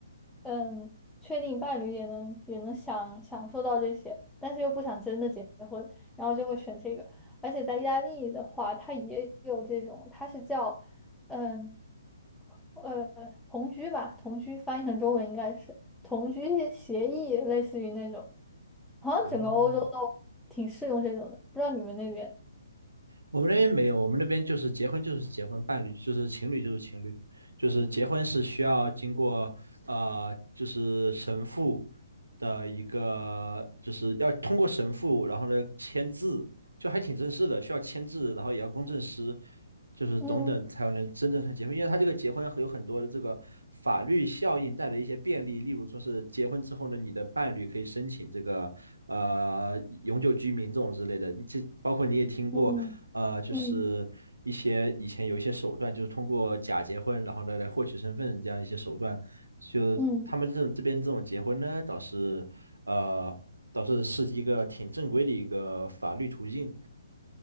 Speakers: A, in the centre; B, on the right.
A: 嗯，确定伴侣也能也能享享受到这些，但是又不想真的结婚，然后就会选这个。而且在意大利的话，它也有这种，它是叫嗯呃同居吧，同居翻译成中文应该是。同居协议，类似于那种，好像整个欧洲都挺适用这种的，
B: 哦，
A: 不知道你们那边？
B: 我们那边没有，我们那边就是结婚就是结婚，伴侣就是情侣就是情侣，就是结婚是需要经过呃就是神父的一个就是要通过神父，然后呢签字，就还挺正式的，需要签字，然后也要公证师，就是等等才能真正才结婚。
A: 嗯
B: 因为他这个结婚有很多的这个法律效应带来一些便利，例如说是结婚之后呢，你的伴侣可以申请这个呃永久居民这种之类的。这包括你也听过，
A: 嗯嗯
B: 呃，就是一些以前有一些手段，就是通过假结婚，然后呢来获取身份这样一些手段。就他们这种这边这种结婚呢，
A: 嗯，
B: 倒是呃倒是是一个挺正规的一个法律途径。